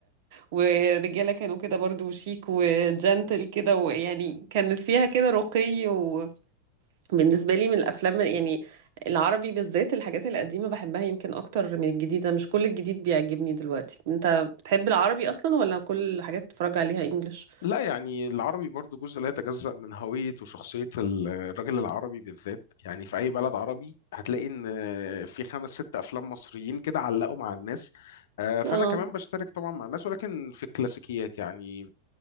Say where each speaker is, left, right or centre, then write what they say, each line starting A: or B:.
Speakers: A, on the right; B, on the left.
A: والرجالة كانوا كده برضو شيك وجنتل كده ويعني كانت فيها كده رقي وبالنسبة لي من الأفلام يعني العربي بالذات الحاجات القديمة بحبها يمكن أكتر من الجديدة مش كل الجديد بيعجبني دلوقتي أنت بتحب العربي أصلا ولا كل الحاجات بتتفرج عليها إنجليش؟
B: لا يعني العربي برضو جزء لا يتجزأ من هوية وشخصية ال- الراجل العربي بالذات يعني في أي بلد عربي هتلاقي إن في خمس ست أفلام مصريين كده علقوا مع الناس آه، فأنا
A: اه
B: كمان بشترك طبعا مع الناس ولكن في الكلاسيكيات يعني